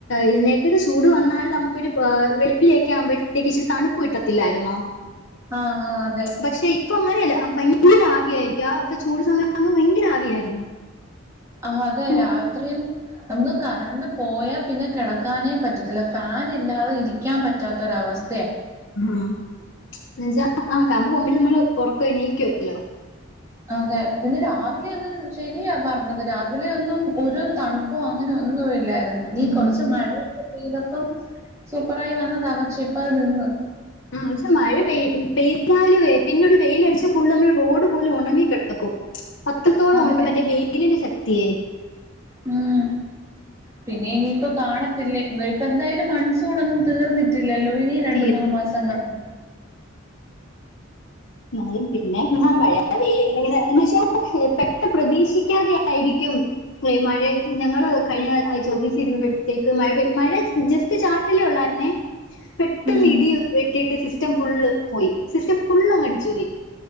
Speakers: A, on the left (about 65°); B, on the right (about 15°).
A: എഴുന്നേറ്റ്- ഭയങ്കരചൂട് വന്നാലും നമുക്കൊരു വെളുപ്പിലേക്കെ ആവുമ്പോഴത്തേക്ക് ഇച്ചി തണുപ്പ് കിട്ടത്തില്ലായിരുന്നോ
B: ആഹ് ആഹ് അതെ
A: പക്ഷെ ഇപ്പൊ അങ്ങനെയല്ല ആ ഭയങ്കര ആവിയായിരിക്കും ആ ഇപ്പ ചൂട് സമയാകുമ്പോ ഭയങ്കര ആവിയായിരുന്നു
B: ആഹ് അതെ
A: ഉം.
B: രാത്രിന്ന് നമുക്ക് കറണ്ട് പോയാ പിന്നെ കെടക്കാനേ പറ്റത്തില്ല. ഫാൻ ഇല്ലാതെ ഇരിക്കാൻ പറ്റാത്തൊരവസ്
A: ഹാ എന്നച്ചാ ആഹ് കറണ്ട് പോവ്‌മ്പഴ് നമ്മള് ഒറക്കൊ എണീക്കും ഹലോ
B: അതെ പിന്നെ രാവിലെ ഒന്നും ശരിയാ പറഞ്ഞത് രാവിലെ ഒന്നും ഒരു തണുപ്പോ അങ്ങനെ ഒന്നും ഇൽ ഇല്ലാര്ന്ന് ഇനീ
A: ഉം.
B: കൊറച്ച് മഴയ ക്കെ പെയ്തപ്പം സൂപ്പറായി വന്നതാണ് പക്ഷെ ഇപ്പ അത് നിന്ന്
A: ആ പക്ഷെ മഴ പെയ് മ് പെയ്താല്‌വേ പിന്നൊര് വെയില് അടിച്ചാ ഫുള്ള് നമ്മള് റോഡ് പോലും ഒണങ്ങി കെടക്കും അത്രത്തോളം
B: അതെ
A: ഒണ്ട് മറ്റേ വെയിലിന്റെ ശക് ത്തിയേ
B: ഉം പിന്നെ ഇനിയിപ്പ കാണത്തില്ലേല് ഇവ്ട ഇപ്പ എന്തായാലും മൺസൂൺ ഒന്നും തീർന്നിട്ടി ലല്ലോ ഇനിം രണ്ട്
A: തീർന്നു
B: മൂന്ന് മാസം കാണും
A: മയിം പിന്നെ മഴ വെയിലിങ്ങന ഇങ്ങനെഎന്ന് വെച്ചാ പെട്ട പ്രതീക്ഷിക്കാതെ ആയിരിക്കും മഴെ ഞങ്ങള് കഴിഞ്ഞാ ആഴ്ച ഒഫീസി ഇരുന്നപ്പഴത്തേക്ക് മഴ പെയ് മഴ ജസ്റ്റ് ചാറ്റലേ ഒള്ളാര്ന്നേ. പെ ട്ടന്ന്
B: ഉം
A: ഇടിയു വെ ട്ടീട്ട് സിസ്റ്റം ഫുള്ള് പോയി. സിസ്റ്റം ഫുള്ള് അങ്ങ് അടിച്ചു പോയി.